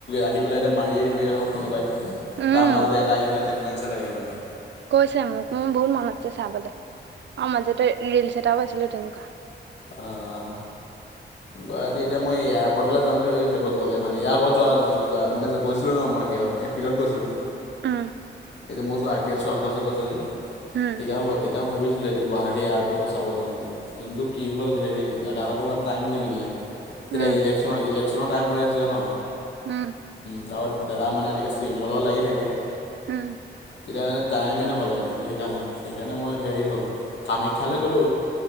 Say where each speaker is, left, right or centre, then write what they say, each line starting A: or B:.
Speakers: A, on the left; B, on the right.
A: আহি পেলাই এতিয়া মাৰিয় দিব হক কোনোবাই
B: উম,
A: তাৰ মাজতে এটা আহি পেলাই তেনেকুৱা নিচা লাগে মানে
B: কৈছে মোক মোৰ বহুত মন আছে চাবলৈ আৰু মাজতে ৰিলচ এটাও পাইছিলো তেনেকুৱা
A: অ', গুৱাহাটী এতিয়া মই এয়াৰপৰ্টলৈ যাম বুলি ভাবিছো এইবাৰ গ'লে মানে ইয় আগত যোৱা যোৱা মানে গৈছিলো ন মই স এপ্ৰিলত গৈছিলোঁ।
B: অ',
A: এতিয়া মোক ওচৰত আই পি এল চোৱাৰ কত যে কৈছিলে যে
B: উম,
A: তেতিয়াও তেতিয়াও ভাবিছিলো গুৱাহাটী এয়াৰপৰ্টটো চাব যাম বুলি কিন্তু কি হ'ল হেৰি দাদাহঁতৰ মানে টাইম নিমদিলে তেতিয়া
B: উম,
A: ইলেকশ্যনৰ ইলেকশ্যনৰ টাইম হৈ আছিলে ন
B: উম,
A: তাৰপ দাদা মানে এনেকৈ চিমলও লাগি থাকে
B: উম,
A: তেতিয়া মানে টাইমেই নহ'লে গতি সেইকাৰণে সেইকাৰণে মই হেৰি হ'ল কামাখ্যালৈ গ'লোঁ